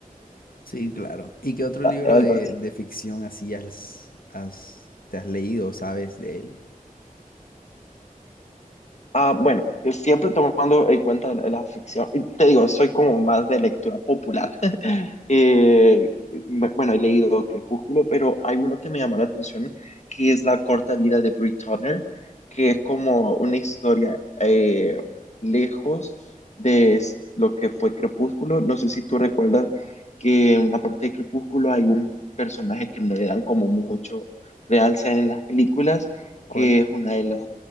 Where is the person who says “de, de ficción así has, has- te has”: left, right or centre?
Left